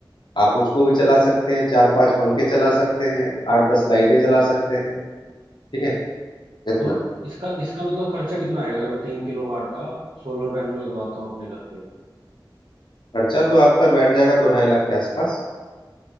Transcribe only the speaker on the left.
आप उसको भी चला सकते हैं चार पांच पंखे चला सकते हैं आठ दस लाइटें जला सकते हैं ठीक है इतना
खर्चा तो आपका बैठ जाएगा दो ढाई लाख के आसपास